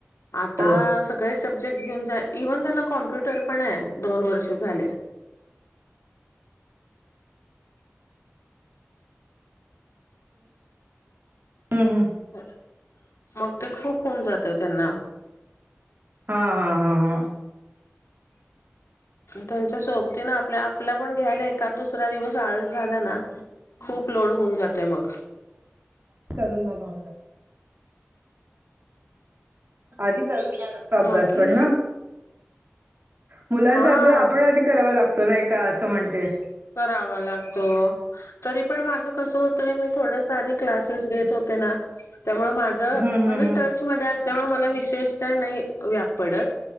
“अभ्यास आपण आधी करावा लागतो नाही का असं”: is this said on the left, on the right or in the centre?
Right